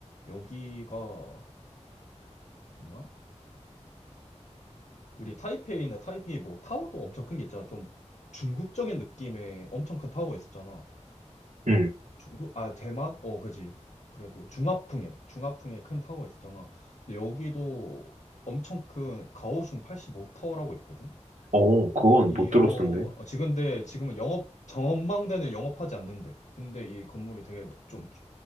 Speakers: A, on the left; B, on the right.
A: 여기가, 어, 잠깐만. 우리 타이페이나 타이페이 뭐 타워도 엄청 큰 게 있잖아. 좀 중국적인 느낌의 엄청 큰 타워가 있었잖아.
B: 음,
A: 중국, 아, 대만? 어, 그지. 그래도 중화풍에, 중화풍에 큰 타워가 있었잖아. 근데 여기도 엄청 큰 가오슝 85타워라고 있거든?
B: 어, 그건
A: 이런,
B: 못 들었었는데.
A: 어, 지금 근데 지금은 영업, 전망대는 영업하지 않는데. 근데 이 건물이 되게 좀 주-